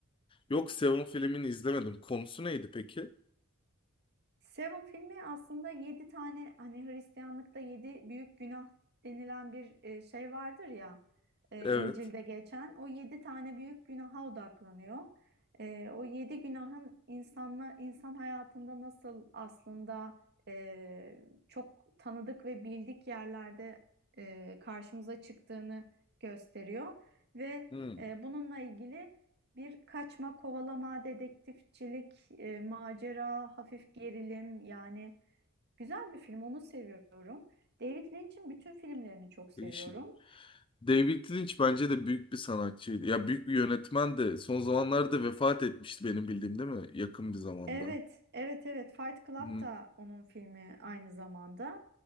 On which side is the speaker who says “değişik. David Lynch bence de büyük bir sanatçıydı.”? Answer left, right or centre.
Left